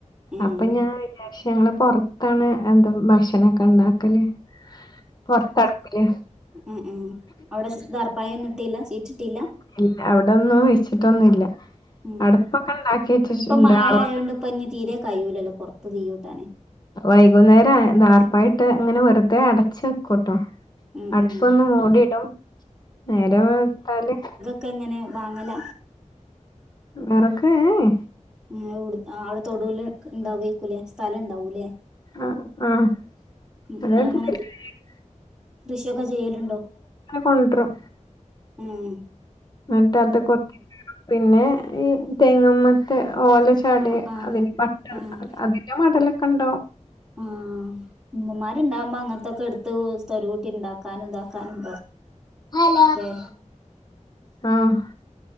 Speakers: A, in the centre; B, on the left.
A: ഉം
B: അപ്പൊ ഞാൻ പക്ഷെ ഞങ്ങള് പൊറത്താണ് എന്താ ഭക്ഷണൊക്കെണ്ടാക്കല് പൊർത്തട്പ്പില്
A: ആഹ് ആഹ് അവിടെ ടാർപ്പായന്നും ഇട്ടീല്ല സീറ്റ്ട്ടില്ല
B: ഇല്ല അവിടൊന്നും വെച്ചിട്ടൊന്നുല്ല
A: ഉം
B: അടുപ്പൊക്കെ ഇണ്ടാക്കി വെച്ചിട്ടുണ്ട്
A: ഇഞ്ഞിപ്പോ മഴആയോണ്ട്
B: ആള് വന്ന്
A: ഇപ്പ ഇനി തീരെ കഴൂലല്ലോ പൊർത്ത് തീയൂട്ടാന്
B: വൈകുന്നേരം ദാർപ്പായിട്ട് അങ്ങനെ വെറുതെ അടച്ച് ചെക്കുട്ടോ
A: ഉം
B: അടുപ്പൊന്ന്
A: ഉം
B: മൂടിടും നേരവെള്ത്താല്
A: ഒക്കെങ്ങനെ വാങ്ങല
B: വെറക് ഏഹ് ഏഹ്
A: ഏഹ് ഓട്ന്നാ അവിടെ തൊടൂല് ഉണ്ടാവേക്കുലേ സ്ഥലണ്ടാവുലേ
B: ആഹ് ആഹ് <unintelligible>
A: നിങ്ങളങ്ങനെ കൃ
B: അങ്ങനെ
A: കൃഷിയൊക്കെ ചെയ്യലുണ്ടോ
B: കൊണ്ടരും
A: ഏഹ്
B: എന്നിട്ട് അതൊ കൊത്തിക്കീറും പിന്നെ
A: കൊ
B: ഈ തെങ്ങ് മത്തെ ഓലച്ചാടി
A: ആഹ് ആഹ്
B: അതിന്റെ പട്ട
A: ആഹ്
B: അതിന്റെ മടലൊക്കെണ്ടാവു
A: ആഹ് ഉമ്മമാര്ണ്ടാവുമ്പ അങ്ങനെ ഇതൊക്കെ എടുത്ത് സ്ഥരൂട്ടിണ്ടാക്കാനും ഇതാക്കാനും
B: ഉം
A: ല്ലേ
B: ആഹ്